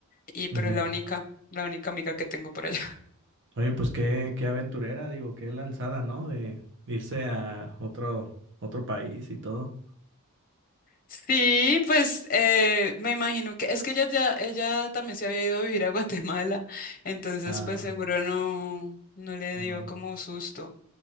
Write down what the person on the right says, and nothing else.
Ujú.
Oye, pues qué, qué aventurera, digo, qué lanzada, ¿no? De irse a otro, otro país y todo.
Ah,
no.